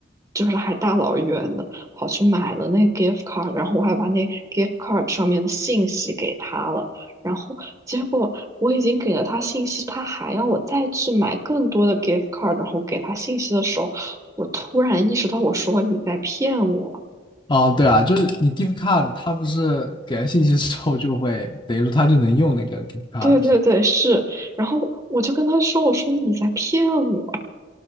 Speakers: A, on the right; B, on the left.
A: 就是还大老远的跑去买了那 gift card，然后我还把那 gift card 上面的信息给他了。然后结果我已经给了他信息，他还要我再去买更多的 gift card，然后给他信息的时候，我突然意识到，我说你在骗我。
B: 哦，对啊，就是你 gift card，它不是给了信息之后就会，等于说它就能用那个 gift card
A: 对对对，
B: 了是
A: 是。然后我就跟他说，我说你在骗我。